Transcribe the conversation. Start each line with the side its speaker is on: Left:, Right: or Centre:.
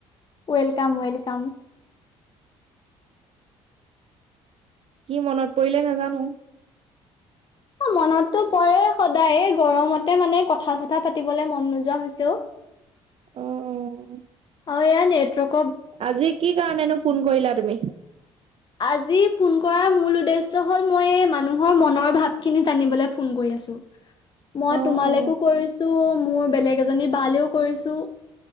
Left: Welcome welcome.
Right: কি মনত পৰিলে নেজানো।
Left: মনতো পৰে সদায় গৰমতে মানে কথা চথা পাতিবলে মন নোযোৱা হৈছেও।
Right: অ', অ'।
Left: অ' এয়া নেটৱৰ্ক
Right: আজি কি কাৰণেনো ফোন কৰিলা তুমি।
Left: আজি ফোন কৰাৰ মূল উদ্দেশ্য হ'ল মই মানুহৰ মনৰ ভাৱখিনি জানিবলৈ ফোন <unintelligible> মই
Right: অ
Left: তোমালৈকো
Right: অ
Left: কৰিছোঁ মোৰ বেলেগ এজনী বালেও কৰিছো,